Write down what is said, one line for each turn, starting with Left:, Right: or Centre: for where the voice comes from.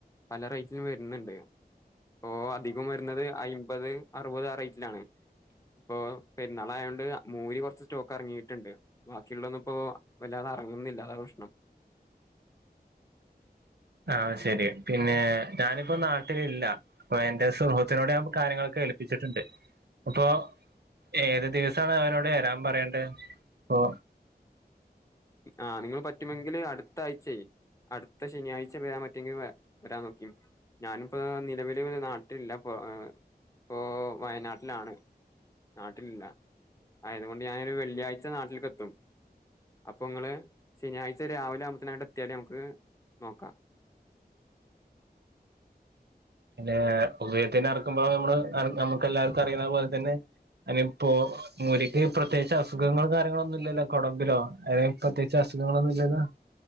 Left: പല റേറ്റിനും വരുന്നുണ്ട്. ഓഹ് അധികം വരുന്നത് അയ്മ്പത് അറുപത് ആഹ് റേറ്റിലാണ് ഇപ്പൊ പെരുന്നാളായോണ്ട് മൂരി കൊറച്ച് സ്റ്റോക്ക് ഇറങ്ങിയിട്ട്ണ്ട് ബാക്കിയുള്ളൊന്നും ഇപ്പോ വല്ലാതെ ഇറങ്ങുന്നില്ല അതാണ് പ്രഷ്ണം
Right: ആഹ് ശരി പിന്നെ ഞാനിപ്പോ നാട്ടിലില്ല യെന്റെ സുഹ്രിത്തിനോടെ ഞാൻ കാര്യങ്ങളൊക്കെ ഏൽപ്പിച്ചിട്ടുണ്ട് അപ്പൊ ഏത് ദിവസാണ് അവരോട് വരാൻ പറയണ്ടത് ഇപ്പോ
Left: ആഹ് നിങ്ങള് പറ്റുമെങ്കില് അടുത്ത ആഴ്ച്ചേ അടുത്ത ശനിയാഴ്ച വരാൻ പറ്റെങ്കി വരാൻ നോക്കി ഞാനിപ്പോ നിലവില് നാട്ടിലില്ലപ്പോ ഇപ്പോ വയനാട്ടിലാണ്. നാട്ടിലില്ല ആയതുകൊണ്ട് ഞാനൊരു വെള്ളിയാഴ്ച നാട്ടിൽക്ക് എത്തും. അപ്പോ നിങ്ങള് ശനിയാഴ്ച രാവിലെ ആകുമ്പത്തെന് എത്തിയാല് നമുക്ക് നോക്കാം.
Right: പിന്നെ ഒളിയത്തിന് അറക്കുമ്പോ നമ്മള് നമുക്ക് എല്ലാർക്കും അറിയ്ണ പോൽതന്നെ അയ്നിപ്പോ മൂരിക്ക് പ്രത്യേകിച്ച് അസുഖങ്ങളും കാര്യങ്ങളൊന്നും ഇല്ലല്ലോ കൊടമ്പിലോ അല്ലെ പ്രത്യേകിച്ച് അസുഖങ്ങളൊന്നും ഇല്ലല്ലോ